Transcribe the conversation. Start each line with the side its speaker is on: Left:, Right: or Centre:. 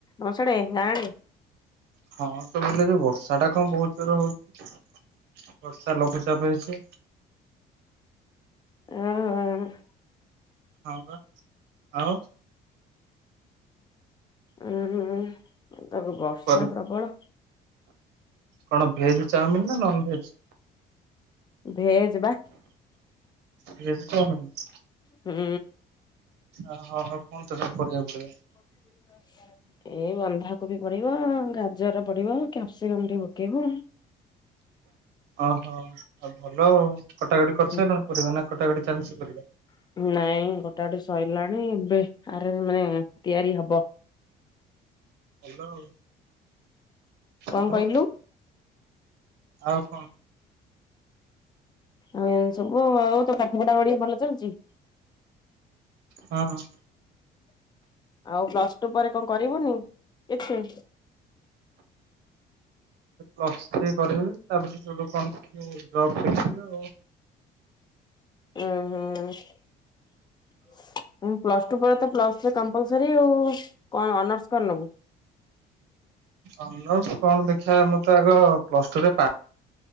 Left: ତମ ସିଆଡେ ଗାଁ ଆଡେ?
Right: ହଁ ତ <unintelligible> ବର୍ଷାଟା କଣ ବହୁତ ଜୋରରେ ହଉଛି ବର୍ଷା ଲଘୁଚାପ ହେଇଛି।
Left: ହଁ ଅ ହଁ।
Right: ହଁବା, ଆଉ?
Left: ଉଁ, ତ ଏବେ ବର୍ଷା
Right: କରି
Left: ପ୍ରବଳ
Right: କଣ ଭେଜ୍ ଚାଓମିିନ୍ ନା ନନ୍ ଭେଜ୍?
Left: ଭେଜ୍ ବା।
Right: Veg chow mein.
Left: ହୁଁ।
Right: ଅ ହ ହ, କଣ ତାଦେହରେ ପରିବା ପଡିବ?
Left: ହ ହ <unintelligible> ଏଇ ବନ୍ଧାକୋବି ପଡିବ, ଗାଜର ପଡିବ, କ୍ୟାପସିକମ୍ ଟିକେ ପକେଇବୁ।
Right: ଅହ ଆଉ ଭଲ ଆଉ, କଟାକଟି କରିସାରିଲଣି
Left: ହୁଁ
Right: ପରିବା ନା କଟାକଟି ଚାଲିଛି ପରିବା?
Left: ନାଇଁ କଟା କଟି ସଇଲାଣି ଏବେ ଆରେନ ମାନେ ତିଆରି ହବ।
Right: ଭଲ ଆଉ।
Left: କଣ
Right: ଆଉ?
Left: କହିଲୁ
Right: ଆଉ କଣ?
Left: ଆଉ ଏମିତି ସବୁ ଆଉ, ଆଉ ତୋ ପାଠ ପଢ଼ାପଢ଼ି ଭଲ ଚାଲିଛି?
Right: ହଁ, ହଁ।
Left: ଆଉ ପ୍ଲସ୍ ଟୁ ପରେ କଣ କରିବୁନି କିଛି?
Right: ପ୍ଳସ ଥ୍ରି କରିବି। ତାପରେ ସେଠୁ ଗୋଟେ କଣ ଜବ୍ ଦେଖିବି ଆଉ।
Left: ଉଁ ହୁଁ। ହୁଁ, ପ୍ଲସ୍ ଟୁ ପରେ ତ ପ୍ଲସ୍ ଥ୍ରି କମ୍ପଲସରୀ ଆଉ। କଣ ଅନର୍ସ କଣ ନବୁ
Right: ଅନର୍ସ କଣ ଦେଖିବା ମୁଁ ତ ଆଗ ପ୍ଲସ୍ ଟୁରେ ପା